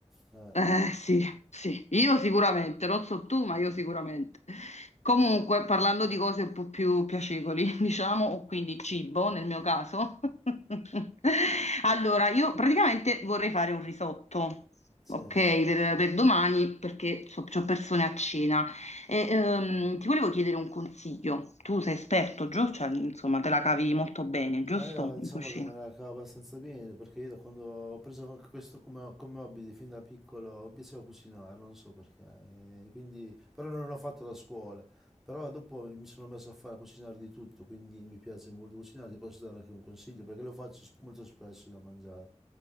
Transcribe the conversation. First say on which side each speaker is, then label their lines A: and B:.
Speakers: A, in the centre; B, on the left.
A: Eh,
B: Eh, sì, sì, io sicuramente, non so tu, ma io sicuramente. Comunque, parlando di cose un po' più piacevoli, <laughs> diciamo, o quindi cibo nel mio caso. <laughs> Allora, io praticamente vorrei fare un risotto,
A: sì.
B: ok, per, per domani, perché so, c'ho persone a cena. E, ehm, ti volevo chiedere un consiglio. Tu sei esperto, giusto? Cioè, insomma, te la cavi molto bene, giusto?
A: Ma io diciamo
B: In cucina.
A: che me la cavo abbastanza bene perché io da quando ho preso anche questo come, come hobby di fin da piccolo mi piaceva cucinare, non so perché, e quindi, però non l'ho fatto da scuola, però dopo mi sono messo a fare a cucinare di tutto, quindi mi piace molto cucinare, ti posso dare anche un consiglio perché lo faccio sp- molto spesso da mangiare,